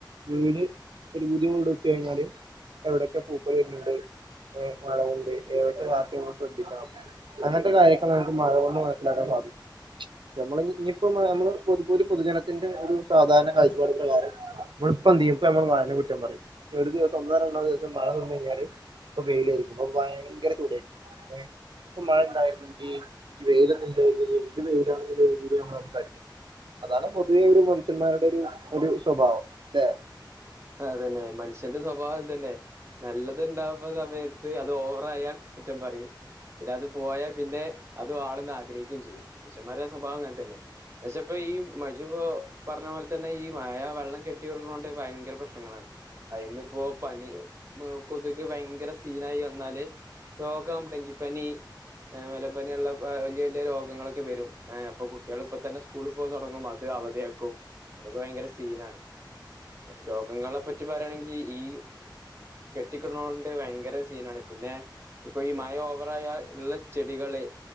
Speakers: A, on the right; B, on the right.
A: വീട് ഒരു പുതിയ വീട് വച്ച കഴിഞ്ഞാല് എവിടെൊക്കെ പൂപ്പല് വരുനണ്ട് ഏ മഴ കൊണ്ട് ഏതൊക്കെവാത്ത് ശ്രദ്ധിക്കണം അങ്ങനത്തെ കാര്യങ്ങളൊക്കെ നമുക്ക് മഴ കൊണ്ട് മനസിലാക്കാന് <inaudible> നമ്മള് ഇനിയിപ്പോ നമ്മള് പൊതു ഒരു പൊതുജനത്തിന്റെ ഒരു സാധാരണ കാഴ്ചപ്പാട് ള്ളതാണ് നമ്മളിപ്പന്തെയ്യും ഇപ്പ നമ്മ മഴനെ കുറ്റം പറയും ഇനി ഒരു ദിവസം ഒന്നോ രണ്ടോ ദിവസം മഴനിന്ന് ഴിഞ്ഞാല് പ്പൊ വെയിലായിരിക്കും അപ്പൊ ഭയങ്കര ചൂടെയ് ഇപ്പോ മഴണ്ടായിരുന്നെങ്കിൽ ഈ വെയിലൊന്നില്ല എന്ത് വെയിലണൂ നമ്മൾ സംസാരിക്കും അതാണ് പൊതുവേ ഒരു മനുഷ്യന്മാരുടെ ഒരു ഒരു സ്വഭാവം ലേ
B: അതന്നെ മനുഷ്യന്റെ സ്വഭാവം അതന്നെ നല്ലത്ണ്ടാവ്ണ സമയത്ത് അത് ഓവറായാൽ കുറ്റം പറയും പിന്നെ അത് പോയാൽ പിന്നെ അത് വാണെന്ന് ആഗ്രഹിക്കേം ചെയ്യും മനുഷ്യന്മാരുടെ സ്വഭാവം അങ്ങനെ തന്നെ പക്ഷേ ഈ മജു പറഞ്ഞ പോലെ തന്നെ ഈ മഴ വെള്ളം കെട്ടി കൊടുക്കുണോണ്ട് ഭയങ്കര പ്രാ പ്രശ്നങ്ങളാണ് അതിന്നിപ്പോ പനി കൊതുക് ഭയങ്കര സീനായി വന്നാല് രോഗം ഡെങ്കിപ്പനി മലമ്പനിയ ഉള്ള വലിയ വലിയ രോഗങ്ങളൊക്കെ വരും അപ്പൊ കുട്ടികൾ ഇപ്പൊ തന്നെ സ്കൂളിൽ പോയ് തൊടങ്ങും അത് അവധിയാക്കും ഭയങ്കര സീനാണ് രോഗങ്ങളെ പറ്റി പറയയാണെങ്കി ഈ കെട്ടിക്കെടക്കണോണ്ട് ഭയങ്കര സീനാണ് പിന്നെ ഇപ്പൊ ഈ മഴ ഓവറായ ഉള്ള ചെടികളെ